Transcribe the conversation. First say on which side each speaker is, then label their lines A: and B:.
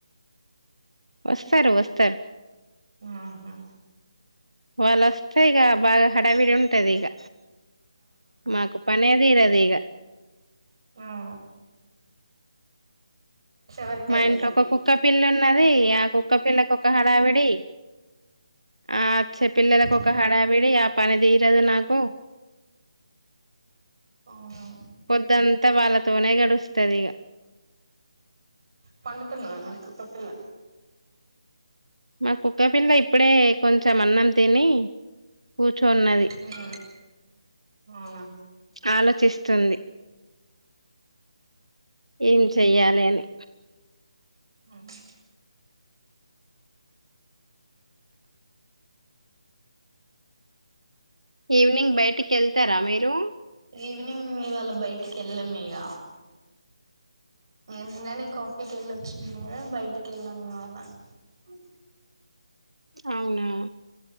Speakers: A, on the right; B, on the right.
A: వస్తారు వస్తారు
B: ఆహా
A: వాళ్ళోస్తే ఇక బాగా హడావిడి ఉంటది ఇక మాకు పనే తీరదు ఇగ
B: అవును వరకే
A: మా
B: అయితది
A: ఇంట్లో ఒక
B: ఇగ
A: కుక్క పిల్ల ఉన్నది ఆ కుక్క పిల్లకి ఒక హడావిడి ఆ అచ్చే పిల్లలకు ఒక
B: అవును
A: హడావిడి ఆ పని తీరదు నాకు
B: అవునవును
A: పొద్దంతా వాళ్ళతోనే గడుస్తది ఇక
B: పండుకుంద మరి కుక్క పిల్ల
A: మా కుక్క పిల్ల ఇప్పుడే కొంచెం అన్నం తిని కూర్చోన్నది
B: ఉమ్ అవునా
A: ఆలో చిస్తుంది ఏం చెయ్యాలి అని
B: మ్మ్
A: ఈవినింగ్ బయటికి వెళ్తారా మీరు
B: ఈవినింగ్ ఇవాళ బయటికి వెళ్ళలేం మిగా నేను నిన్ననే కాఫీకి వెళ్ళొచ్చినను కదా బయటికి వెళ్ళాం ఇవాళ మ
A: అవునా